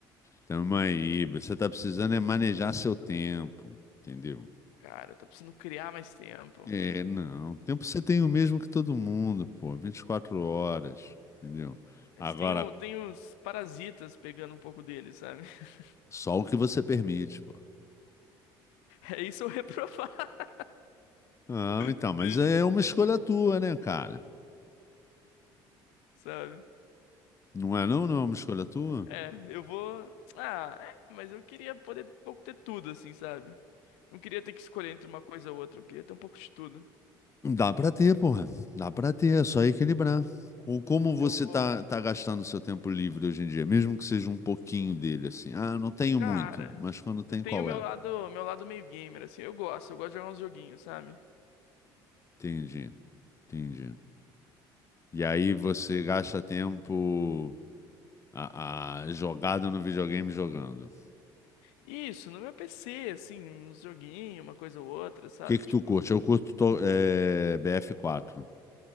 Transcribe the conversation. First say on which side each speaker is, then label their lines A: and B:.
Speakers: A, on the left; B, on the left.
A: Tamo aí, você tá precisando é manejar seu tempo, entendeu?
B: Cara, eu tô precisando criar mais tempo.
A: É, não. O Tempo você tem o mesmo que todo mundo, pô. 24 horas, entendeu?
B: Mas
A: Agora,
B: tem, o, tem os parasitas pegando um pouco dele, sabe? <laughs>
A: só o que você permite, pô.
B: É isso eu reprovar, <laughs>
A: Ah, então,
B: entende?
A: mas é uma escolha tua, né, cara?
B: Sabe?
A: Não é não? Não é uma escolha tua?
B: É, é, eu vou. Ah, é, mas eu queria poder um pouco ter tudo, assim, sabe? Não queria ter que escolher entre uma coisa ou outra, eu queria ter um pouco de tudo.
A: Dá pra ter, porra. Dá pra ter, é só equilibrar. Ou como você
B: Eu vou.
A: tá, tá gastando seu tempo livre hoje em dia, mesmo que seja um pouquinho dele, assim. Ah, não tenho
B: Cara,
A: muito, mas quando tem,
B: eu tenho
A: qual
B: meu
A: é?
B: lado, meu lado meio gamer, assim, eu gosto, eu gosto de jogar uns joguinhos, sabe?
A: Entendi, entendi. E aí você gasta tempo. A, a jogada no videogame jogando. O
B: Isso, no meu PC, assim, uns joguinhos, uma coisa ou outra, sabe?
A: que que
B: Tipo,
A: tu curte? Eu curto to- é, bf quatro,